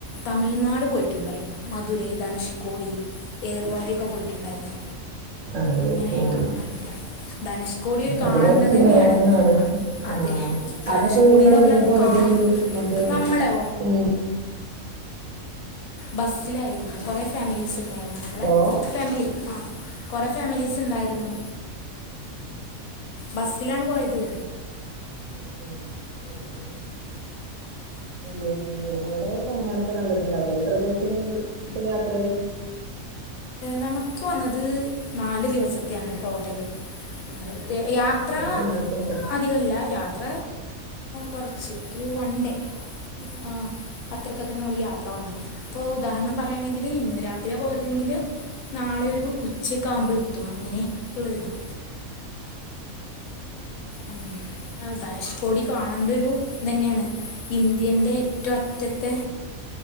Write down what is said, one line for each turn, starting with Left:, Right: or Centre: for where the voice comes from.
Left: തമിഴ്നാട് പോയിട്ടുണ്ടായിരുന്നു മധുരൈ ധനഷ്ക്കോടി ഏർവാടിയൊക്കെ പോയിട്ടുണ്ടായിരുന്നു
Right: അതെല്ലെ
Left: അങ്ങനെ
Right: ആഹ
Left: കറങ്ങാനായിട്ട് ധനുഷ്കോടി ഒരു കാണേണ്ടത്
Right: അത് കൊറച്ച്
Left: തന്നെയാണ്
Right: ലോങ്ങ്‌
Left: അ- അതെ
Right: ആ
Left: ധനുഷ്കോടി
Right: അതപ്പോ നിങ്ങ
Left: എന്ന് പറഞ്ഞത്
Right: എങ്ങനെ പോയത്
Left: കാ
Right: മറ്റേ
Left: നമ്മളോ
Right: ഏ
Left: ബസ്സിലായിരുന്നു കുറെ ഫാമിലീസ് ഉണ്ടായിരുന്നു നമ്മുടെ
Right: ഹലോ
Left: ഫാമിലി ആ കൊറെ ഫാമിലീസ് ഉണ്ടായിരുന്നു ബസ്സിലാണ്ട് പോയത്
Right: ആ ആ ശരി പിന്നെ അവിടെ പോന്നാനൊക്കെ നല്ലതുണ്ടാവല്ലോ എത്ര ദിവസം ഇപ്പ യാത്ര
Left: നമുക്ക് വന്നത് നാല് ദിവസത്ത ആാണ് ടോട്ടല് വന്നത് യാത്ര
Right: ആങ്ങട്ട്ങ്ങിട്ട് <unintelligible>
Left: അധികല്ല യാത്ര കുറച്ച് ഒരു വൺ ഡേ ആ അത്രക്കെ തന്നെയൊള്ളൂ യാത്ര വന്നേ ഇപ്പൊ ഉദാഹരണം പറയുകയാണെങ്കിൽ ഇന്ന് രാത്രിയ പോയ അെങ്കിൽ നാളെയ ഒരു ഉച്ചയൊക്കെ ആകുമ്പോഴ എത്തും അങ്ങനെ ഉള്ളരിതാ മം ധനുഷ് കോടി കാണേണ്ടരു തന്നെയാണ് ഇന്ത്യന്റെ ഏറ്റവും അറ്റത്തെ